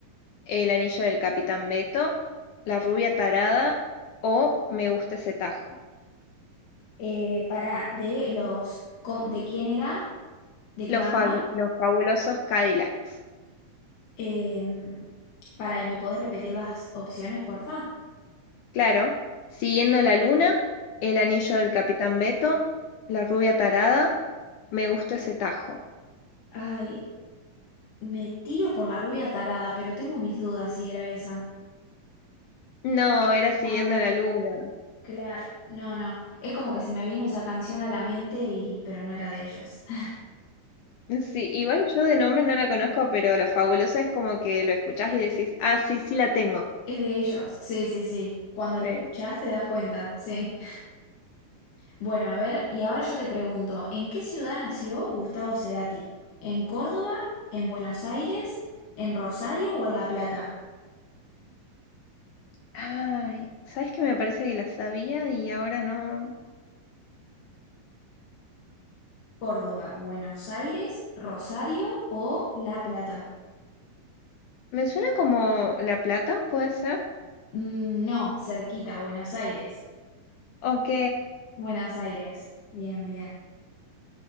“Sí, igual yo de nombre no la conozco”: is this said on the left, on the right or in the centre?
Left